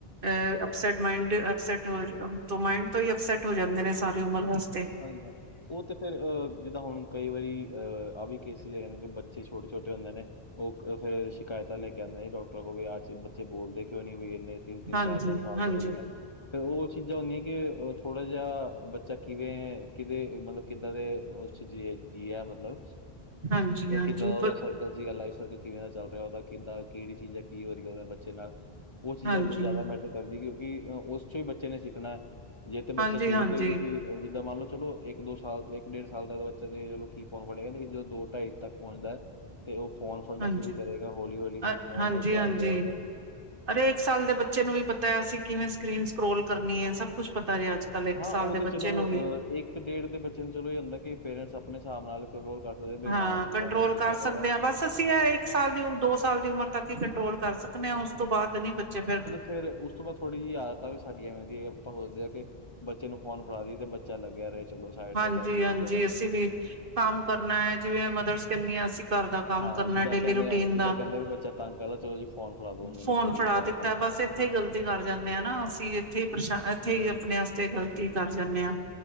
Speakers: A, on the right (about 60°); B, on the left (about 30°).
A: ਅ ਅਪਸੈਟ ਮਡ ਅਪਸੈਟ ਹੋ ਮਾਇਂਡ ਤੋਂ ਹੀ ਅਪਸੈਟ ਹੋ ਜਾਂਦੇ ਨੇ ਸਾਰੀ ਉਮਰ ਵਾਸਤੇ
B: ਹਾਂਜੀ ਹਾਜੀ ਉਹ ਤੇ ਫੇਰ ਅਹ ਜਿੱਦਾਂ ਹੁਣ ਕਈ ਵਾਰੀ ਅ ਆਹ ਵੀ ਕੇਸਿਸ ਹੈਗੇ ਨੇ ਕਿ ਬੱਚੇ ਛੋਟੇ ਛੋਟੇ ਹੁੰਦੇ ਨੇ ਉਹ ਫੇਰ ਸ਼ਿਕਾਇਤਾਂ ਲੈ ਕੇ ਆਉਂਦੇ ਨੇ ਡਾਕਟਰਾਂ ਕੋਲ ਵੀ ਆਹ ਚ ਬੱਚੇ ਬੋਲਦੇ ਕਿਉਂ ਨੀ ਵੀ ਇੰਨੇ ਤਿੰਨ ਤਿੰਨ
A: ਹਾਂਜੀ
B: ਚਾਰ ਚਾਰ ਸਾਲ
A: ਹਾਂਜੀ
B: ਦੇ ਹੋ ਗਏ ਨੇ ਫਿਰ ਉਹ ਚੀਜ਼ਾਂ ਹੁੰਦੀਆਂ ਕਿ ਥੋੜਾ ਜਿਹਾ ਬੱਚਾ ਕਿਵੇਂ ਕਿਦੇ ਮਤਲਬ ਕਿੱਦਾਂ ਦੇ ਉਸ ਚ ਜੀ ਜੀਆ ਮਤਲਬ
A: ਹਾਂਜੀ
B: ਜ
A: ਹਾਂਜੀ
B: ਕਿੱਦਾਂ ਦਾ ਉਹਦਾ
A: ਪਰ
B: ਸਰਕਲ ਸੀਗਾ ਲਾਈਫ ਸਰਕਲ ਕਿਵੇਂ ਦਾ ਚੱਲ ਰਿਹਾ ਉਹਦਾ ਕਿੱਦਾਂ ਕਿਹੜੀ ਚੀਜ਼ ਹੈ ਕੀ ਹੋ ਰਹੀ ਉਹ ਬੱਚੇ ਨਾਲ ਉਹ ਚੀਜ਼ਾਂ
A: ਹਾਂਜੀ
B: ਜ਼ਿਆਦਾ ਮੈਟਰ ਕਰਦੀ ਕਿਉਂਕਿ ਉਸ ਚੋਂ ਹੀ ਬੱਚੇ ਨੇ ਸਿੱਖਣਾ ਜੇ ਤਾਂ ਬੱਚਾ
A: ਹਾਂਜੀ
B: ਸ਼ੁਰੂ
A: ਹਾਂਜੀ
B: ਤੋਂ ਹੀ ਤੁਸੀਂ ਜਿੱਦਾਂ ਮੰਨ ਲਓ ਚਲੋ ਇੱਕ ਦੋ ਸਾਲ ਇੱਕ ਡੇਢ ਸਾਲ ਤੱਕ ਬੱਚਾ ਤੇ ਚਲੋ ਕੀ ਫੋਨ ਫੜੇਗਾ ਲੇਕਿਨ ਜਦੋਂ ਦੋ ਢਾਈ ਤੱਕ ਪਹੁੰਚਦਾ ਹੈ ਤੇ ਉਹ ਫੋਨ ਫੜਨਾ
A: ਹਾਂਜੀ
B: ਸ਼ੁਰੂ ਕਰੇਗਾ ਹੌਲੀ ਹੌਲੀ ਫਿਰ
A: ਅ
B: ਫੋਨ
A: ਹਾਂਜੀ
B: ਵੱਲ ਧਿਆਨ
A: ਹਾਂਜੀ
B: ਜਾਏਗਾ।
A: ਅਰੇ ਇੱਕ ਸਾਲ ਦੇ ਬੱਚੇ ਨੂੰ ਵੀ ਪਤਾ ਹੈ ਅਸੀਂ ਕਿਵੇਂ ਸਕਰੀਨ ਸਕਰੋਲ ਕਰਨੀ ਹੈ ਸਭ ਕੁੱਛ ਪਤਾ ਰਿਹਾ ਅੱਜ ਕੱਲ੍ਹ ਇੱਕ
B: ਹਾਂ
A: ਸਾਲ
B: ਉਹ
A: ਦੇ
B: ਤੇ ਚਲੋ
A: ਬੱਚੇ ਨੂੰ ਵੀ
B: ਅ ਇੱਕ ਡੇਢ ਦੇ ਬੱਚੇ ਨੂੰ ਚਲੋ ਇਹ ਹੁੰਦਾ ਕਿ ਪੇਰੈਂਟਸ ਆਪਣੇ ਹਿਸਾਬ ਨਾਲ ਕੰਟਰੋਲ ਕਰ ਸਕਦੇ। ਬਈ
A: ਹਾਂ
B: ਨਾ ਚੀਜ਼ਾਂ
A: ਕੰਟਰੋਲ
B: ਉਹਨਾਂ ਨੂੰ ਦਿਖਾਉਣ
A: ਕਰ ਸਕਦੇ
B: ਜ਼ਿਆਦਾ
A: ਹਾਂ ਬਸ ਅਸੀਂ ਇਹ ਇੱਕ ਸਾਲ ਦੀ ਉਮਰ ਦੋ ਸਾਲ ਦੀ ਉਮਰ ਤੱਕ ਹੀ ਕੰਟਰੋਲ ਕਰ ਸਕਨੇ ਹਾਂ ਉਸ ਤੋਂ ਬਾਅਦ ਨੀ ਬੱਚੇ ਫੇਰ
B: ਫੇਰ ਉਸ ਤੋਂ ਬਾਅਦ ਥੋੜੀ ਜਿਹੀ ਆਦਤਾਂ ਵੀ ਸਾਡੀਆਂ ਮਹਂਦੀਆਂ ਆਪਾਂ ਸੋਚਦੇ ਹਾਂ ਕਿ ਬੱਚੇ ਨੂੰ ਫੋਨ ਫੜਾ ਦਈਦਾ ਤੇ ਬੱਚਾ ਲੱਗਿਆ ਰਹੇ ਚਲੋ ਸਾਈਡ
A: ਹਾਂਜੀ-ਹਾਂਜੀ
B: ਤੇ ਬਹਿ ਕੇ ਇੱਕ ਜਗ੍ਹਾ
A: ਅਸੀਂ
B: ਤੇ
A: ਵੀ ਕੰਮ ਕਰਨਾ ਹੈ ਜਿਵੇਂ ਮਦਰਸ ਕਹਿੰਦੀਆ ਜਿਵੇਂ ਅਸੀਂ ਘਰ ਦਾ ਕੰਮ
B: ਹਾਂ
A: ਕਰਨਾ
B: ਜਿੱਦਾਂ
A: ਡੇਲੀ
B: ਕਹਿੰਦੇ
A: ਰੂਟੀਨ
B: ਆ ਜਿੱਦਾਂ
A: ਦਾ
B: ਕਹਿੰਦੇ ਆ ਵੀ ਬੱਚਾ ਤੰਗ ਕਰਦਾ ਚਲੋ ਜੀ ਫੋਨ ਫੜਾ ਦਿਓ ਉਹਨੂੰ
A: ਫੋਨ
B: ਜੀ ਥੋੜ੍ਹੀ
A: ਫੜਾ
B: ਦੇਰ ਚਲੋ
A: ਦਿੱਤਾ
B: ਕੋਈ
A: ਬਸ ਇੱਥੇ ਹੀ ਗ਼ਲਤੀ ਕਰ ਜਾਂਦੇ ਆ ਨਾ ਅਸੀਂ ਇੱਥੇ ਇੱਥੇ
B: ਨਹੀਂ
A: ਹੀ ਆਪਣੇ ਵਾਸਤੇ ਗ਼ਲਤੀ ਕਰ ਜਾਂਦੇ ਹਾਂ